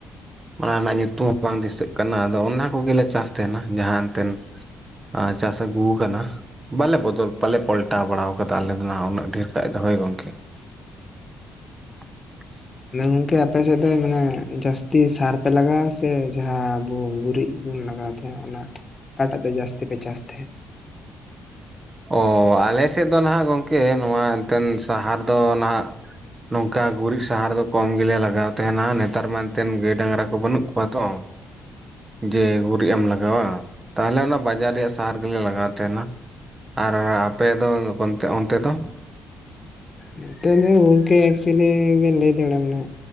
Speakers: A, on the right (about 25°); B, on the left (about 25°).
A: ᱚᱱᱟ ᱨᱮᱱᱟᱜ ᱧᱩᱛᱩᱢ ᱦᱚᱸ ᱵᱟᱝ ᱫᱤᱥᱟᱹᱜ ᱠᱟᱱᱟ ᱟᱫᱚ ᱚᱱᱟ ᱠᱚᱜᱮᱞᱮ ᱪᱟᱥ ᱛᱟᱦᱮᱸᱱᱟ ᱡᱟᱦᱟᱸ ᱮᱱᱛᱮᱱ ᱟᱨ ᱪᱟᱥ ᱟ ᱜᱩ ᱟᱠᱟᱱᱟ ᱵᱟᱞᱮ ᱵᱚᱫᱚᱞ ᱵᱟᱞᱮ ᱯᱟᱞᱴᱟᱣ ᱵᱟᱲᱟᱣ ᱠᱟᱫᱟ ᱟᱞᱮ ᱫᱚ ᱱᱟᱦᱟᱜ ᱩᱱᱟᱹᱜ ᱰᱷᱮᱨ ᱠᱷᱟᱡ ᱫᱚ ᱦᱩᱭ ᱜᱚᱝᱠᱮ᱾ <unintelligible>
B: ᱢᱟᱱᱮ ᱜᱚᱝᱠᱮ ᱟᱯᱮᱥᱮᱫ ᱫᱚ ᱢᱟᱱᱮ ᱡᱟᱹᱥᱛᱤ ᱥᱟᱨ ᱯᱮ ᱞᱟᱜᱟᱣᱟ ᱥᱮ ᱡᱟᱦᱟᱸ ᱟᱵᱚ ᱜᱩᱨᱤᱡ ᱵᱚᱱ ᱞᱟᱜᱟᱣ ᱛᱮ ᱚᱱᱟ ᱚᱠᱟᱴᱟᱜ ᱛᱮ ᱡᱟᱹᱥᱛᱤ ᱯᱮ ᱪᱟᱥ ᱛᱟᱦᱮᱸᱫ?
A: ᱚᱻ ᱟᱞᱮ ᱥᱮᱫ ᱫᱚ ᱱᱟᱦᱟᱜ ᱜᱚᱢᱠᱮ ᱱᱚᱣᱟ ᱮᱱᱛᱮᱱ ᱥᱟᱦᱟᱨ ᱫᱚ ᱱᱟᱦᱟᱜ ᱱᱚᱝᱠᱟ ᱜᱩᱨᱤᱡ ᱥᱟᱦᱟᱨ ᱫᱚ ᱠᱚᱢ ᱜᱮᱞᱮ ᱞᱟᱜᱟᱣ ᱛᱟᱦᱮᱸᱱᱟ ᱱᱮᱛᱟᱨ ᱢᱟ ᱮᱱᱛᱮᱱ ᱜᱟᱹᱭ ᱰᱟᱝᱜᱨᱟ ᱠᱚ ᱵᱟᱹᱱᱩᱜ ᱠᱚᱣᱟ ᱛᱚ, ᱡᱮ ᱜᱩᱨᱤᱡ ᱮᱢ ᱞᱟᱜᱟᱣᱟ ᱛᱟᱦᱚᱞᱮ ᱚᱱᱟ ᱵᱟᱡᱟᱨ ᱨᱮᱭᱟᱜ ᱥᱟᱦᱟᱨ ᱜᱮᱞᱮ ᱞᱟᱜᱟᱣ ᱛᱟᱦᱮᱸᱱᱟ᱾ ᱟᱨ ᱟᱯᱮ ᱫᱚ ᱠᱚᱱᱛᱮ ᱚᱱᱛᱮ ᱫᱚ?
B: ᱱᱚᱛᱮ ᱫᱚ ᱜᱚᱢᱠᱮ ᱮᱠᱪᱩᱭᱮᱞᱤ ᱵᱤᱱ ᱞᱟᱹᱭ ᱫᱟᱲᱮᱭᱟᱜ-ᱟ ᱢᱟᱱᱮ